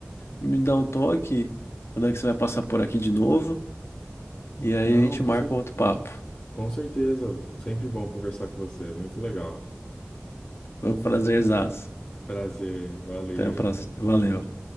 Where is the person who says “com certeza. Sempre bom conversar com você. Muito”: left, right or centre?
Left